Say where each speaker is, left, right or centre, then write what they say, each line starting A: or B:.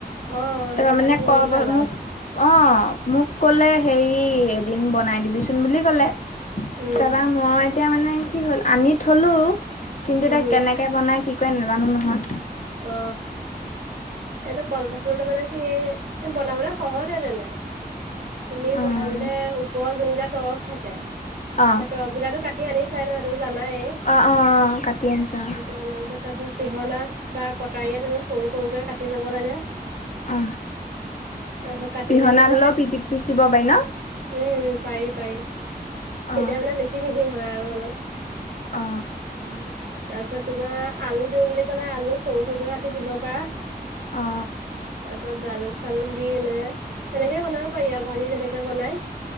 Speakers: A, on the right; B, on the left.
A: অ', সেইটো
B: ত
A: কাৰণে
B: মানে
A: বহুত
B: ক পাছত
A: ভাল আৰু
B: মোক অ মোক কলে হেই এদিন বনাই দিবিচোন বুলি কলে
A: উম।
B: তাপা মই এতিয়া মানে কি হ'ল আনি থ'লোঁ কিন্তু
A: উম,
B: এতিয়া কেনেকে বনাই, কি কয় নাজানো নহয়
A: অ এইটো কলপচলাতো মানে কি বনাবলে সহজে তেনে তুমি
B: উম
A: প্ৰথমতে ওপৰৰ যোন কেইটা তৰব থাকে সেই
B: অ
A: তৰবগেইটা কাট টি আনি চাই ন সেইটো জানাই
B: অ অ অ কাটি আনিছো অ
A: কাটি অনাৰ পাছত তাৰ পাছত পিহনাত বা কটাৰীয়ে তুমি সৰু সৰুকৈ কাটি ল'ব লাগে
B: অ
A: তাৰপিছত কাটি
B: পিহনা
A: পিনি তুমি
B: হ'লেও পি পিচিব পাৰি ন
A: উম পাৰি পাৰি তেতিয়া
B: অ
A: মানে বেছি মিহি হয় আৰু অলপ
B: অ
A: উম তাৰ পিছত তোমাৰ আলু দিও বুলি কলে আলু সৰু সৰুকৈ কাটি দিব পাৰা
B: অ অ
A: তাৰ পিছত জালুক চালুক দি এনেকে তেনেকে বনাব পাৰি আৰু ভাজি তেনেকে বনাই